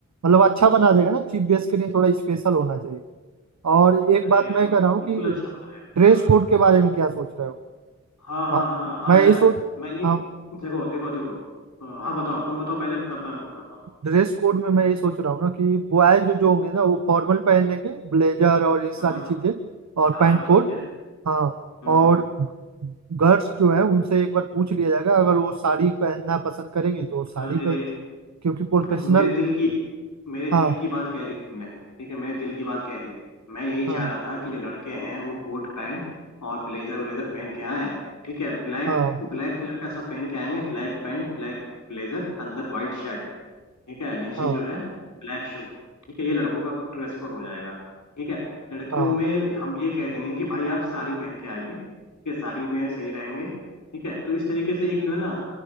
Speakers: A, on the right; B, on the left.
A: मतलब अच्छा बना देगा ना चीफ गेस्ट के लिए थोड़ा स्पेशल होना चाहिए और एक
B: अरे
A: बात मैं
B: और
A: कह रहा हूँ
B: बिल्कुल
A: कि
B: अच्छा बनाएगा
A: ड्रेस कोड के बारे में क्या सोच रहे हो
B: हाँ हाँ
A: हाँ,
B: हाँ हाँ
A: मैं
B: यार
A: यही सोच
B: मैंने
A: हाँ
B: देखो देखो देखो अ, हाँ बताओ तुम बताओ पहले तब मैं बताता हूँ
A: ड्रेस कोड में मैं ये सोच रहा हूँ ना कि बॉयज जो जो होंगे ना वो फॉर्मल पहन लेंगे ब्लेजर और ये सारी
B: हाँ
A: चीजें और
B: हाँ
A: पैंट कोट
B: ठीक है
A: हाँ
B: हम्म
A: और
B: हम्म,
A: गर्ल्स जो है उनसे एक बार पूछ लिया जाएगा अगर वो साड़ी पहनना पसंद करेंगी तो वो साड़ी
B: अरे
A: पहन क्योंकि प्रोफेशनल
B: <clears throat> मेरे दिल की मेरे
A: हाँ
B: दिल की बात कह दी तुमने ठीक है मेरे दिल की बात कह दी मैं यही
A: हाँ
B: चाह रहा था कि जो लड़के हैं वो कोट पैंट और ब्लेजर व्लेजर पहन के आए ठीक है ब्लैक
A: हाँ
B: ब्लैक कलर का सब पहन के आएंगे ब्लैक पैंट ब्लैक ब्लेजर अंदर व्हाइट शर्ट ठीक है नीचे
A: हाँ
B: जो है ब्लैक शू ठीक है ये लड़कों का ड्रेस कोड हो जाएगा ठीक है लड़कियों
A: हाँ
B: में हम ये कह देंगे कि भाई आप साड़ी पहन के आइए ठीक है साड़ी में सही रहेंगे ठीक है तो इस तरीके से एक जो है ना